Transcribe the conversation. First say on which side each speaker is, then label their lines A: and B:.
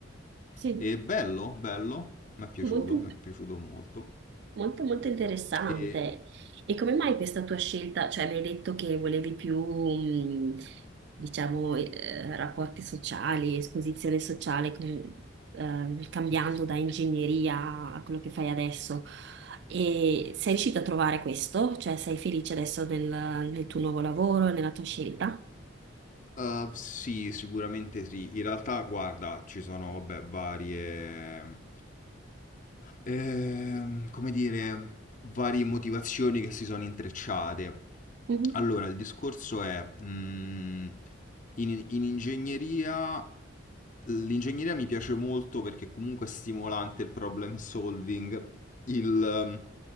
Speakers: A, on the right; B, on the left.
A: sì,
B: è bello, bello, mi è piaciuto,
A: molto intuitivo.
B: mi è piaciuto molto.
A: Molto molto interessante.
B: E
A: E come mai questa tua scelta? Cioè, mi hai detto che volevi più, mh, diciamo, eh, rapporti sociali, esposizione sociale, com- ehm, cambiando
B: sì,
A: da ingegneria a quello che fai adesso. E sei
B: sì.
A: riuscita a trovare questo? Cioè, sei felice adesso nel, nel tuo nuovo lavoro, nella tua scelta?
B: Uh, sì, sicuramente sì. In realtà, guarda, ci sono, vabbè, varie. ehm, come dire, varie motivazioni che si sono intrecciate.
A: Mhm.
B: Allora, il discorso è, mm, in, in ingegneria, l'ingegneria mi piace molto perché comunque è stimolante il problem solving, il, mm,